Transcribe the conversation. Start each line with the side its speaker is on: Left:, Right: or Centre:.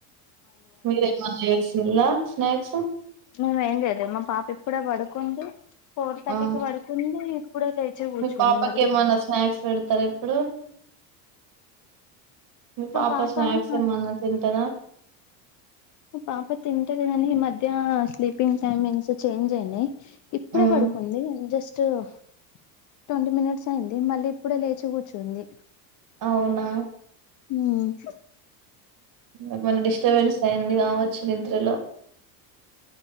Right: <unintelligible> వేసిల్లా స్నాక్స్
Left: మేము ఏం చేయలేదు. మా పాప ఇప్పుడే పడుకుంది. ఫోర్ థర్టీకు
Right: ఆ
Left: పడుకుంది. ఇప్పుడే లేచి కూర్చుంది
Right: మీ పాపకి
Left: మళ్ళీ
Right: ఏమన్న స్నాక్స్ పెడతారా ఇప్పుడూ మీ పాప
Left: మా
Right: స్నాక్స్
Left: మా
Right: ఏమన్నా తింటదా
Left: పాప తింటది కాని ఈ మధ్య స్లీపింగ్ టైమింగ్స్ చేంజ్ అయినయి ఇప్పుడే
Right: ఉమ్
Left: పడుకుంది జస్ట్ <unintelligible> ట్వంటీ మినిట్స్ అయింది మళ్ళీ ఇప్పుడే లేచి కూర్చుంది.
Right: అవునా
Left: మ్
Right: ఏమన్నా డిస్టర్బెన్స్ అయింది కావచ్చు నిద్రలో